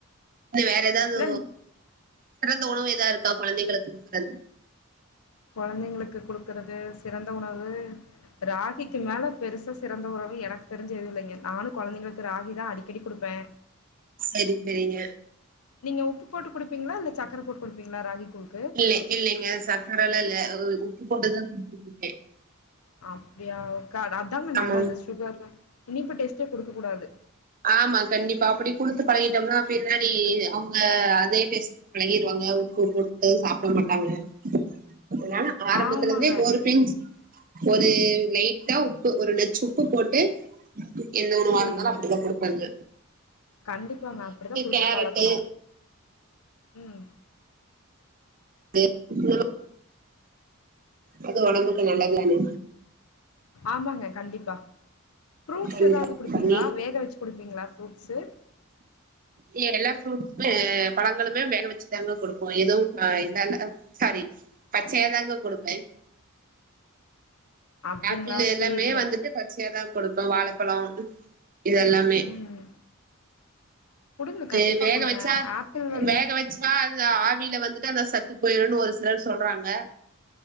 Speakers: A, on the right (about 40°); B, on the left (about 75°).
A: இல்ல வேற ஏதாவது
B: இல்ல
A: சிறந்த உணவு ஏதா இருக்கா கொழந்தைங்களுக்கு குடுக்கறது
B: கொழந்தைங்களுக்கு குடுக்கறது சிறந்த உணவு ராகிக்கி மேல பெருசா சிறந்த உணவு எனக்கு தெரிஞ்சு எதுவு இல்லைங்க நானு கொழந்தைங்களுக்கு ராகி தா அடிக்கடி குடுப்பே
A: சேரி சேரிங்க
B: நீங்க உப்பு போட்டு குடுப்பீங்ளா இல்ல சக்கர போட் குடுப்பீங்ளா ராகி கூழ்
A: இல்ல இல்லங்க சக்கரல்லா இல்ல உப்பு போட்டு தா குடிக்க குடுப்பே
B: அப்டியா க அதாங்க நல்லது
A: ஆமாங்
B: சுகரு இனிப்பு டேஸ்டே குடுக்க கூடாது
A: ஆமா கண்டிப்பா அப்டி குடுத்து பழகிட்டோம்னா பின்னாடி அவுங்க அதே டேஸ்ட்டு பழகிருவாங்க உப்பு போட்டு சாப்ட மாட்டாங்க அதனால ஆரம்பத்துலந்தே
B: ஆமாங்க
A: ஒரு பிஞ்ச் ஒரு லைட்டா உப்பு ஒரு நச்சு உப்பு போட்டு எந்த உணவா
B: சேரிங்க
A: இருந்தாலு அப் குடுப்பேங்க
B: கண்டிப்பாங்க அப்டிதா குடுத்து
A: கேரட்டு
B: பழக்கணு ம்
A: தே <unintelligible> அது ஒடம்புக்கு நல்லது தானே
B: ஆமாங்க கண்டிப்பா ஃப்ரூட்ஸ்
A: கண்டிப்பா
B: எதாவ்து குடுப்பீங்களா
A: பண்ணி
B: வேக வச்சு குடுப்பீங்களா ஃப்ரூட்ஸு
A: எல்லா ஃப்ரூட்ஸ்மே பழங்களுமே வேக வச்சுதாங்க குடுப்போ எதுவு ஆ இதால்ல சாரி பச்சையாதாங்க குடுப்பே
B: அப்டிங்களா
A: ஆப்பிளு எல்லாமே
B: சேரிங்க
A: வந்துட்டு பச்சியாதா குடுப்போ வாழப்பழோ இதெல்லாமே
B: ம் குடுங்க
A: து
B: கண்டிப்பா
A: வேக
B: குடுங்க
A: வச்சா
B: ஆப்பிள் வந்து
A: வேக வச் சா அந்த ஆவியில வந்துட்டு அந்த சத்து போயிருன் ஒரு சிலர் சொல்றாங்க